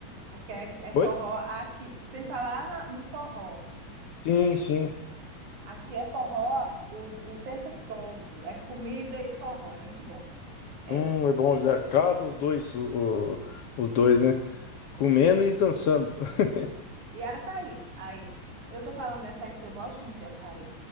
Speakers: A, on the right; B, on the left.
A: Porque é, é
B: Oi?
A: forró aqui, sem falar na- no forró.
B: Sim, sim.
A: Aqui é forró o, o tempo todo. É comida e forró. É muito bom. É,
B: Hum, é bom já. Casa os dois, o- o- os dois, né? Comendo e dançando. <laughs>
A: e açaí. Aí, eu tô falando de açaí porque eu gosto muito de açaí.